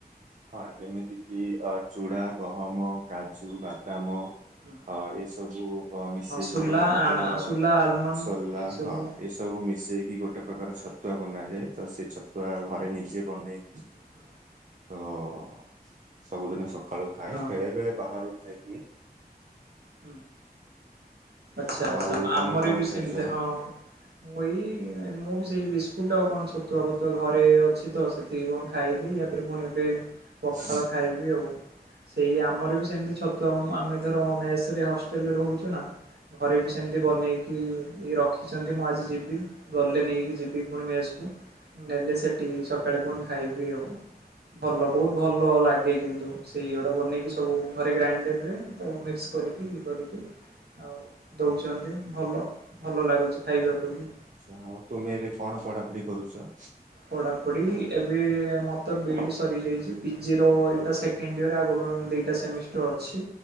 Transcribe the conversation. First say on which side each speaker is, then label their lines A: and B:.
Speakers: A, on the right (about 50°); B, on the right (about 85°).
A: ହଁ, ଯେମିତି କିି ଅ ଚୂଡ଼ା, ଗହମ, କାଜୁ, ବାଦାମ ଅ
B: ହଁ।
A: ଏ ସ ସବୁ ଅ ମିଶେଇକି
B: ହଁ ସୁଲା
A: ଗୋଟେ ପ୍ରକାର,
B: ଆଣ ସୁଲା ଆଲମଣ୍ଡ
A: ସୋଲା
B: ଏଇ ସବୁ
A: ହଁ ଏସବୁ ମିଶେଇକି ଗୋ ଗୋଟେ ପ୍ରକାର ଛତୁଆ ବନାଯାଏ ତ ସେଇ ଛତୁଆ ଘରେ, ନିଜେ ବନେଇକି
B: ହଁ।
A: ତ ସବୁଦିନ ସଖାଳୁ ଖାଏ,
B: ହଁ
A: ବେଳେ ବେଳେ ବାହାରୁ ଖାଇଦିଏ।
B: ହୁଁ। ଆଚ୍ଛା
A: ଆଉ
B: ଆଚ୍ଛା ଆମର
A: ତମେ କଣ
B: ବି
A: ଖାଇଛ?
B: ସେମିତିଆ ହଁ। ମୁଁ ଏଇ, ମୁଁ ବି ସେଇ ବିସ୍କୁଟ ଆଉ କଣ ଛତୁଆ ଫତୁଆ ଘରେ ଅଛି ତ ସେ ତିକି କଣ ଖାଇଲି ୟାପରେ ପୁଣି ଏବେ ପଖାଳ
A: ହଁ
B: ଖାଇବି ଆଉ। ସେଇ ଆମର ବି ସେମିତି ଛତୁଆ, ଆମେ ଧର ମେସ ରେ ହଷ୍ଟେଲରେ ରହୁଛୁ ନା ଘରେ ବି ସେମିତି, ବନେଇକି କି ଇଏ ରଖିଛନ୍ତି ମୁଁ ଆଜି ଯିବି, ଗଲେ ନେଇକି ଯିବି, ପୁଣି ମେସକୁ। ନେଲେ ସେଠି, ସକାଳେ ପୁଣି ଖାଇବି ଆଉ। ଭଲ ବହୁତ ଭଲ ଲାଗେ କିନ୍ତୁ ସେଇଗୁଡା ବନେଇକି, ସବୁ ଘରେ ଗ୍ରାଇଣ୍ଡରରେ ତାକୁ ମିକ୍ସ କରିକି, ଇଏ କରିକି ଆଉ ଦଉଛନ୍ତି ଭଲ ଭଲ ଲାଗୁଛି ଖାଇବାକୁ ବି।
A: ଆଛା ଆଉ ତୁମେ ଏବେ କଣ, ପଢାପଢି କରୁଛ?
B: ପଢାପଢି ଏବେ ମୋର ତ ବିଇଡି ସରିଯାଇଛି ପିଜି ର ଏଇଟା ସେକ୍ କେଣ୍ଡ ଇୟର ଆଗକୁ ଦିଇଟା ସେମିଷ୍ଟର ଅଛି।